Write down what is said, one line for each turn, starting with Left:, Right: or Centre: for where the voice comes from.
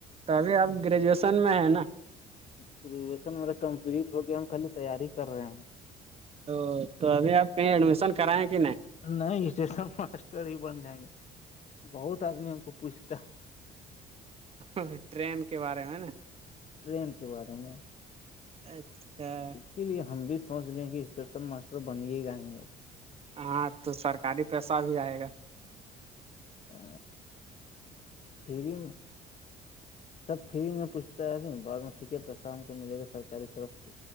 Right: تو ابھی آپ گریجویشن میں ہے نا <unintelligible>
Left: گریجویشن میرا کمپلیٹ ہو کےیا ہم کے تیاری کر رہے ہیں <unintelligible>
Right: تو تو ابھی آپ کہیں ایڈمیشن کرائیں کہ نہیں <unintelligible>
Left: نہیں اسٹ سب ماسٹر ہی بن جائیں گے بہت آدمی ہم کو پوچھتا ہے
Right: ا ٹرین کے بارے میں نا <unintelligible>
Left: ٹرین کے بعد ہیںیںے
Right: اچھا <unintelligible>
Left: اس لیے ہم بھی سوچ لے ہیں کہ اسٹیشن ماسٹر بنے گائیں گے
Right: ہاں تو سرکاری پیسہ بھی آئے گا
Left: ا فریم سب فری میں پوچھتا ہے ابھی بع میں ٹھیک ہے پیسہ ہم کو ملے گا سرکاری طرف سے